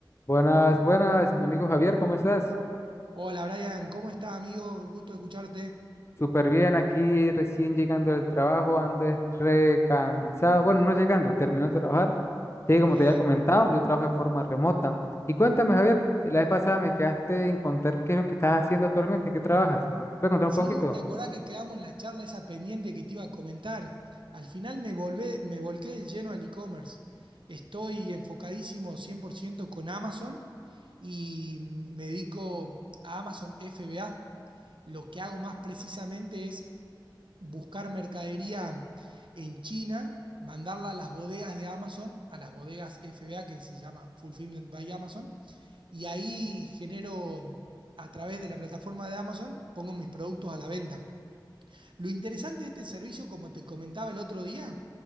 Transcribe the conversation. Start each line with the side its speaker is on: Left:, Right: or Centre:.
Left: Buenas, buenas, mi amigo Javier, ¿cómo estás?
Right: Hola Brian, ¿cómo estás amigo? El gusto de escucharte.
Left: Súper bien, aquí recién llegando del trabajo, ando es recansado. Bueno, no llegando, terminó de trabajar. Sí, como
Right: Bien.
Left: te había comentado, yo trabajo de forma remota. Y cuéntame, Javier, eh, la vez pasada me quedaste en contar qué es lo que estás haciendo actualmente, qué trabajas. ¿Puedes contar
Right: Sí,
Left: un poquito?
Right: ¿te acordás que quedamos en la charla esa pendiente que te iba a comentar? Al final me volvé, me volqué del lleno al e-commerce. Estoy enfocadísimo 100% con Amazon y me dedico a Amazon FBA. Lo que hago más precisamente es buscar mercadería en China, mandarla a las bodegas de Amazon, a las bodegas FBA que se llama Fulfillment by Amazon y ahí genero, a través de la plataforma de Amazon, pongo mis productos a la venta. Lo interesante de este servicio, como te comentaba el otro día,